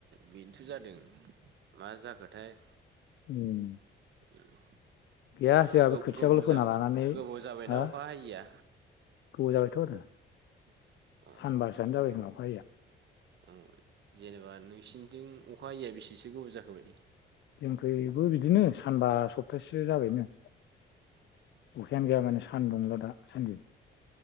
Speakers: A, on the right; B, on the left.
A: बेनोथ' जादों मा जाखोथाय।
B: उम
A: उम
B: गैया जोंहाबो
A: गोब-गोबाव
B: खोथियाखौल' फोना
A: जा
B: लानानै
A: गोबाव जाबायना
B: हा
A: अखा हायिया?
B: गोबाव जाबायथ' आरो।
A: उम
B: सानबासोआनो जाबाय खोमा अखा हायिया।
A: उम जेनेबा नोंसिनिथिं अखा हैयैया बेसेसो गोबाव जाखो बायदि?
B: जोंखैबो बिदिनो सानबा सप्तासेसो जाबायनो। अखायानो गैया माने सानदुंल' दा सानदि।